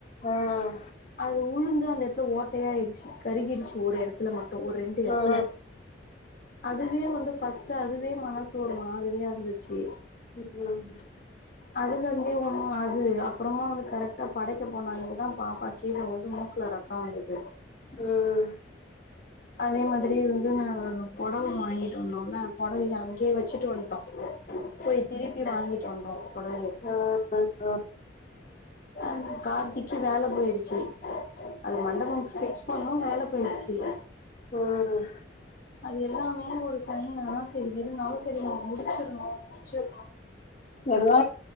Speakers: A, on the left (about 35°); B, on the left (about 50°).
A: ம்
B: அது உழுந்து அந்த இடத்துல ஓட்டையாயிருச்சு கருகிடுச்சு ஒரு இடத் த்துல மட்டு ஒரு ரெண்டு இடத்துல
A: ம்
B: அதுவே வந்து ஃபஸ்ட்டு அதுவே மனசு ஒரு மாதிரியா இருந்துச்சு
A: உம்
B: அதுல இருந்தே ஒண்ணு அது அப்புறமா வந்து கரெக்டா படைக்க போன அதுக்கு தா பாப்பா கீழ விழுந்து மூக்குல ரத்தோ வந்தது
A: ம் ம்
B: அதே மாதிரி வந்து நா பொடவ வாங்கிட்டு வந்தோன்ல அதைய அங்கே வச்சுட்டு வன்ட்டோ போய் திருப்பி வாங்கிட்டு வந்தோ பொடவய
A: ஓ ஓ ஓ
B: அ கார்த்திக்கு வேல போயிடுச்சு அது மண்டபம் ஸ்கெட்ச் பண்ணு வேல போயிடுச்சு
A: <unintelligible>
B: அது எல்லாமே ஒரு சனியனாலதா செரி இருந்தாலு செ ரி நா முடிச்சிர்ணு ச்சோ
A: எல்லா